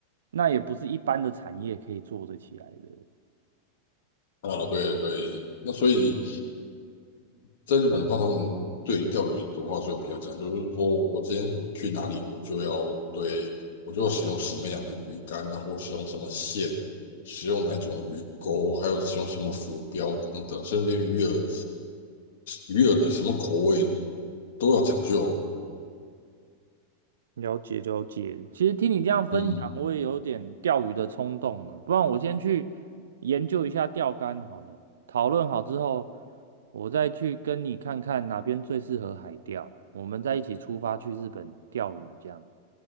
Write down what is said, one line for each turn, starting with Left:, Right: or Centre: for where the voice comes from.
Right: 那也不是一般的产业可以做得起来的。
Left: 啊，对对，那所以在日本的话，他们对于钓鱼的话是有比较讲究，就是说我今天去哪里，我就要对我就要使用什么样的鱼竿，然后使用什么线，使用哪种鱼钩，还有使用什么浮标等等，甚至鱼饵鱼饵的什么口味都要讲究。
Right: 了解了解，其实听你这样分享，
Left: 嗯
Right: 我也有点钓鱼的冲动了。不然我先去研究一下钓竿好了。讨论好之后，我再去跟你看看哪边最适合海钓，我们再一起出发去日本钓鱼这样。